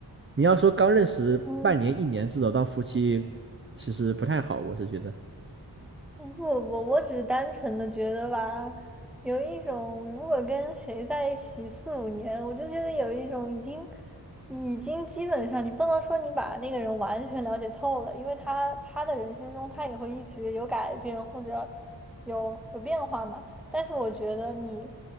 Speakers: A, on the right; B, in the centre.
A: 你要说刚认识半年、
B: 嗯。
A: 一年这种当夫妻，其实不太好，我是觉得。
B: 嗯不不，我只是单纯的觉得吧，有一种如果跟谁在一起四五年，我就觉得有一种已经已经基本上，你不能说你把那个人完全了解透了，因为他他的人生中他也会一直有改变或者有有变化嘛。但是我觉得你